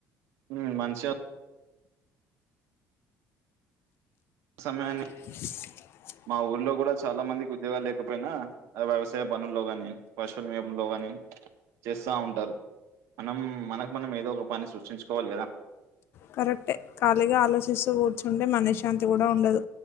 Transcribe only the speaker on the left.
<inaudible>
కరెక్టే ఖాళీగా ఆలోచిస్తూ కూర్చుంటే మనశ్శాంతి కూడా ఉండదు